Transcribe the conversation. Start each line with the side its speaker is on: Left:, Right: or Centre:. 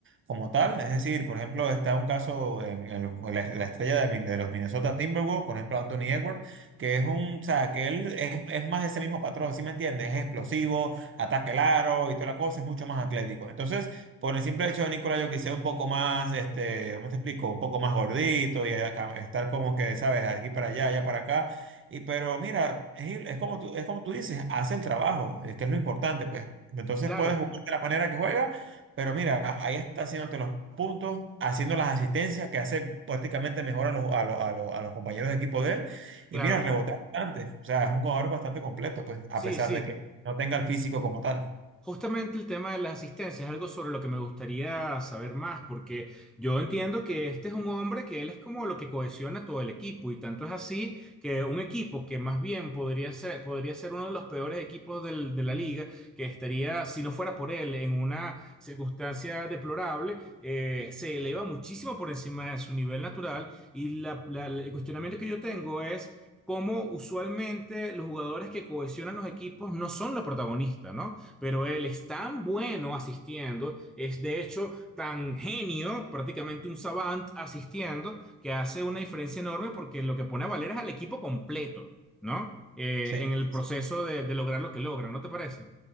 Right: como tal. Es decir, por ejemplo, está un caso en el- en la, la estrella de, Min- de los Minnesota Timberwolves, por ejemplo, Anthony Edwards, que es un, o sea, que él es, es más ese mismo patrón, ¿sí me entiendes? Es explosivo, ataque el aro y toda la cosa, es mucho más atlético. Entonces, por el simple hecho de Nikola Jokic ser un poco más, este, ¿cómo te explico? Un poco más gordito y acá- estar como que, ¿sabes? Aquí para allá, allá para acá y pero mira, es, ir- es como tú, es como tú dices, hace el trabajo, eh, que es lo importante, pues. Entonces
Centre: Claro,
Right: puedes jugar de la manera que juega, pero mira, ahí está haciéndote los puntos, haciendo las asistencias que hace prácticamente mejor a los, a los, a los, a los compañeros de equipo de él.
Centre: claro.
Right: Y mira, rebotea bastante. O sea, es un jugador bastante completo, pues, a
Centre: Sí,
Right: pesar
Centre: sí.
Right: de que no tenga el físico como tal.
Centre: Justamente el tema de las asistencias es algo sobre lo que me gustaría saber más, porque yo entiendo que este es un hombre que él es como lo que cohesiona todo el equipo, y tanto es así que un equipo que más bien podría ser, podría ser uno de los peores equipos del- de la liga, que estaría, si no fuera por él, en una circunstancia deplorable, eh, se eleva muchísimo por encima de su nivel natural, y la- la- el cuestionamiento que yo tengo es... cómo usualmente los jugadores que cohesionan los equipos no son los protagonistas, ¿no? pero él es tan bueno asistiendo, es de hecho tan genio, prácticamente un savant asistiendo, que hace una diferencia enorme porque lo que pone a valer es al equipo completo, ¿no? Eh,
Right: Sí.
Centre: en el
Right: sí,
Centre: proceso de, de lograr lo que logra, ¿no te parece?